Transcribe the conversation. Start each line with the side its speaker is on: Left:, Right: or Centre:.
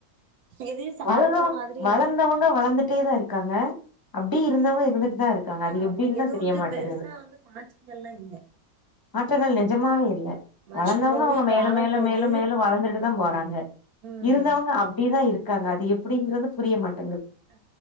Right: எதையு சாதிச்ச
Left: வளர்ந்தவங்
Right: மாதிரியு
Left: வளர்ந்தவங்க
Right: இல்ல
Left: வளர்ந்துட்டே தா இருக்காங்க அப்டி இருந்தவங்க இருந்து இதா இருக்காங்க அது எப்டின்
Right: ஆமா எதுவு
Left: தா தெரிய
Right: வந்து
Left: மாட்டேங்குது
Right: பெருசா வந்து மாற்றங்கள்லா இல்ல
Left: மாற்றங்கள் நெஜமாக இல்ல
Right: வருஷம்
Left: வளந்தவ்ங்க
Right: போது
Left: அவுங்க மேல
Right: காலம்
Left: மேல
Right: போது
Left: மேல மேல வளந்து ட்டுதா போறாங்க
Right: ம்
Left: இருந்தவ்ங்க அப்டிதா இருக்காங்க அது எப்டிங்கிறது புரிய மாட்
Right: ஆ